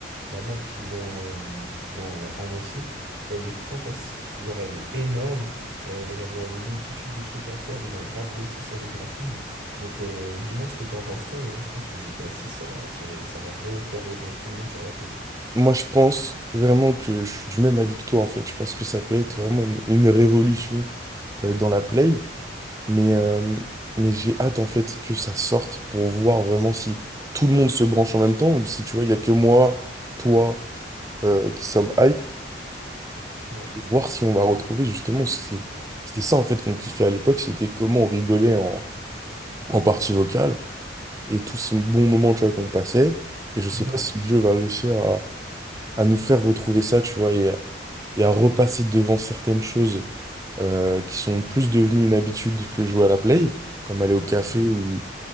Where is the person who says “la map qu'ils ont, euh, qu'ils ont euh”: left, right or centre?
Right